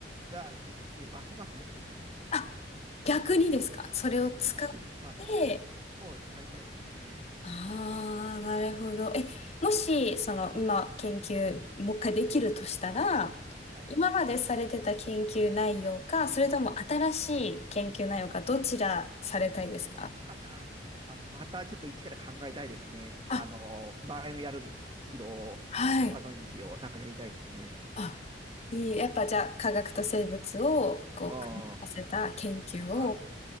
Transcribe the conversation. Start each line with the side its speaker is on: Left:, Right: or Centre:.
Right: ができて、ますますやりたくなりますね。
Left: あ逆にですかそれを使って、
Right: 逆に、まあ、そう、やりたいですね。
Left: ああ、なるほど。え、もし、その、今、研究、もう一回できるとしたら、
Right: はい。
Left: 今までされてた研究内容か、それとも新しい研究内容か、どちらされたいですか
Right: どっちかな。あの、またちょっと一から考えたいですね。
Left: あ、
Right: あの、前のやるにしろ、
Left: はい。
Right: 他のにしろ、なんかやりたいですね。
Left: あ、いい。やっぱじゃあ、科学と生物を、こう、
Right: あ
Left: 組み合わせた研究を
Right: あ、